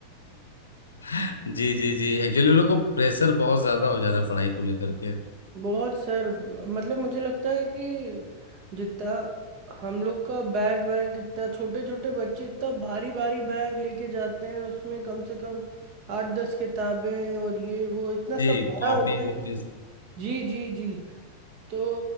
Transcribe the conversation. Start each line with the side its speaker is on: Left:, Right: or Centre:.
Left: <laughs> जी जी जी एक्चुअली उन लोग को प्रेशर बहुत ज्यादा हो जा रहा है पढ़ाई को लेकर के
Right: बहुत सर मतलब मुझे लगता है कि जितना हम लोग का बैग वैग इतना छोटे छोटे बच्चे इतना भारी भारी बैग लेके जाते हैं उसमें कम से कम आठ दस किताबें और ये वो इतना सब
Left: जी
Right: भरा
Left: कॉपी
Right: होता है
Left: वॉपी
Right: कि जी जी जी तो